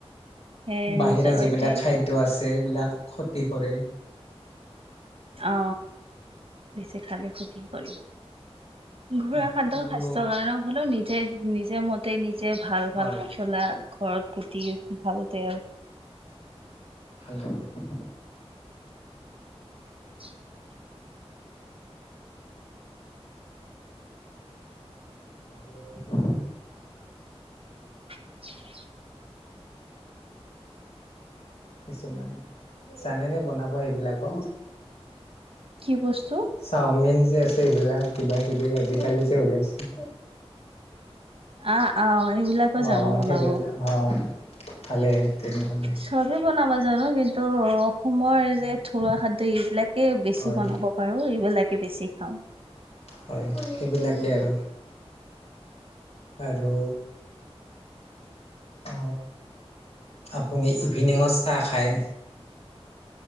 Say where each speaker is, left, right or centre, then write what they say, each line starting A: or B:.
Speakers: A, on the right (about 60°); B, on the left (about 70°).
A: সে
B: বাহিৰা
A: নিজৰ
B: যিবিলাক
A: এইটোৱে
B: খাদ্য টো আছে সেইবিলাক ক্ষতি কৰে।
A: অ, বেছি খালে ক্ষতি কৰিব। ঘোঁৰা
B: হয়
A: খাদ্য
B: আৰু
A: স্বাস্থ্যৰ কাৰণে হলেও নিজে নিজে মতে নিজে ভাল
B: হয়
A: ভাল মতে চলা ঘৰত কুটি ভাল তেল <inaudible>
B: <inaudible>
A: <unintelligible>
B: <unintelligible>
A: <unintelligible>
B: কিছুমান জানে নে বনাব সেইবিলাকক?
A: কি বস্তু?
B: চাওমিন যে আছে এইবিলাক কিবা কিবি আজিকালি যে ওলাইছে। <inaudible>
A: আহ অ সেইবিলাকে
B: অ
A: জানো বনাব।
B: সেইবিলাক অ, ভালে তেনে হলে।
A: চবেই বনাব জানো কিন্তু অসমৰ যে থলুৱা খাদ্য এইবিলাকেই বেছি
B: হয়
A: বনাব বাৰু এইবিলাকে বেছি খাওঁ।
B: হয়, সেইবিলাকেই আৰু। আৰু অ, আপুনি ইভিনিঙত চাহ খায়?